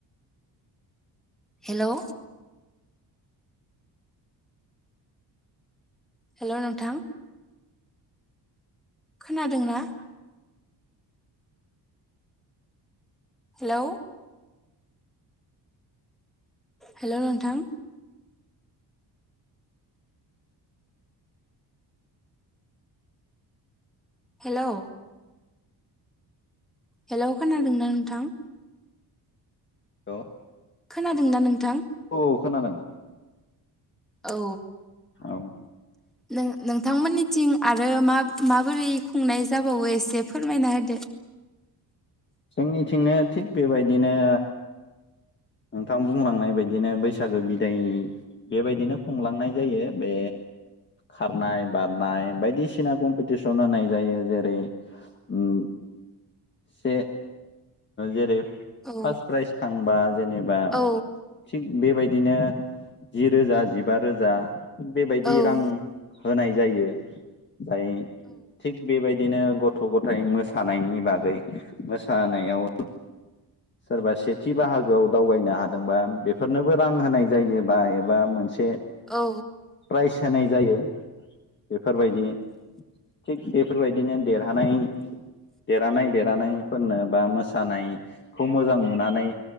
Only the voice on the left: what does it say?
अ
औ खोनादों।
औ
जोंनिथिंनो थिग बेबायदिनो नोंथां बुंलांनाय बायदिनो बैसागो बिदाय बेबायदिनो खुंलांनाय जायो। बे खारनाय बारनाय बायदिसिना कम्पिटिसन होनाय जायो जेरै- उम से जेरै फार्स्ट
प्राइज थांबा जेनेबा
थिग बेबायदिनो जि रोजा जिबा रोजा बेबायदि
रां होनाय जायो जाय थिक बेबायदि बिदिनो गथ' गथायाइ मोसानायनि बागै मोसानायाव सोरबा सेथि बाहागोआव। दावगायनो हादोंबा बेफोरनोबो रां होनाय जायोबा एबा मोनसे
प्राइज होनाय जायो बेफोरबायदि। थिग बेफोरबायदिनो देरहानाय देरहानाय देरहानायफोरनो बा मोसानायखौ मोजां नुनानै